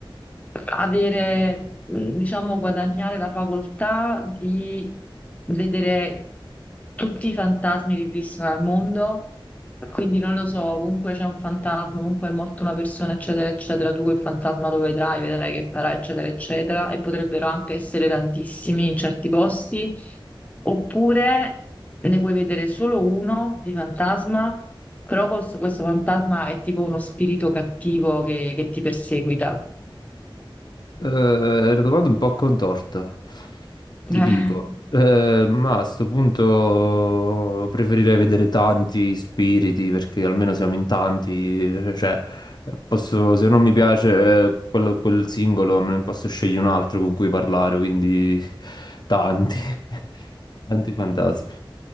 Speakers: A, on the left; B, on the left.
A: avere, diciamo, guadagnare la facoltà di vedere tutti i fantasmi che esistono al mondo, quindi non lo so, ovunque c'è un fantasma, ovunque è morta una persona, eccetera, eccetera, tu quel fantasma lo vedrai, vedrai che farà, eccetera, eccetera, e potrebbero anche essere tantissimi in certi posti, oppure ne puoi vedere solo uno di fantasma, però cos- questo fantasma è tipo uno spirito cattivo che, che ti perseguita.
B: Eh, è una domanda un po' contorta,
A: <laughs>
B: ti dico. Eh, ma a sto punto preferirei vedere tanti spiriti perché almeno siamo in tanti. eh, Cioè, posso- se non mi piace eh, quello- quel singolo, me ne posso scegliere un altro con cui parlare, quindi tanti, <laughs> tanti fantasmi.